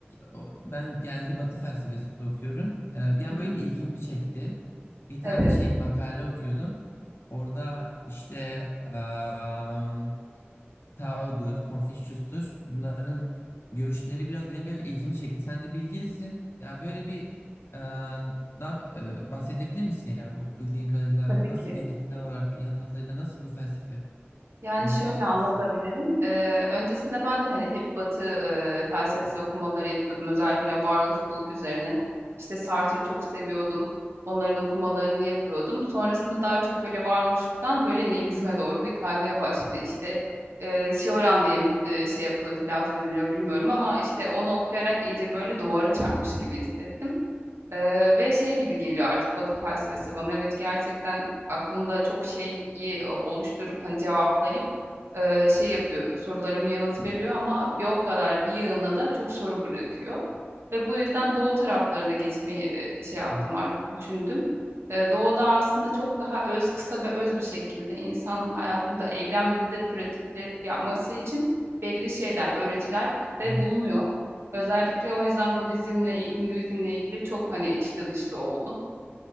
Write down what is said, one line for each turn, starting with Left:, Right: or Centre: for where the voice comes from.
Left: o- ben genelde Batı felsefesi okuyorum. E, bir an
Right: Hı hı.
Left: böyle bir ilgimi çekti. Bir tane
Right: Evet.
Left: şey makale okuyordum. Orada işte em, Tao'dur, Confucius'tur. Bunların görüşleri biraz benim böyle ilgimi çekti. Sen de bilgilisin. Ya böyle bir e, ne yap- e, bahsedebilir misin ya o bildiğin kadarıyla
Right: Tabii
Left: nasıl
Right: ki.
Left: genel olarak genel hatlarıyla nasıl bu felsefe,
Right: Yani
Left: Doğu
Right: şöyle
Left: felsefesi?
Right: anlatabilirim. Eee, öncesinde ben de hani hep Batı eee, felsefesi okumaları yapıyordum. Özellikle varoluşçuluk üzerine. İşte Sartre'ı çok seviyordum. Onların okumalarını yapıyordum. Sonrasında daha çok böyle varoluşluktan böyle nihilizme doğru bir kaymaya başladı. İşte eee Cioran diye mi, eee, şey yapılıyor, telaffuz ediliyor bilmiyorum ama işte onu okuyarak iyice böyle duvara çarpmış gibi hissettim. Eee, ve şey gibi geliyor artık Batı felsefesi bana. Evet gerçekten aklımda çok şeyi e, oluşturup hani cevaplayıp eee, şey yapıyor, sorularımı yanıt veriyor ama bir o kadar bir yığına da çok soru bırakıyor. Ve bu yüzden doğu taraflarına geçmeyi e, şey yaptım
Left: Evet.
Right: artık düşündüm. E, doğuda aslında çok daha öz kısa ve öz bir şekilde insan hayatında eylemde de pratikler yapması için belli şeyler, öğretiler de
Left: Hı hı.
Right: bulunuyor. Özellikle o yüzden Budizmle, Hinduizmle ilgili çok hani içli dışlı oldum.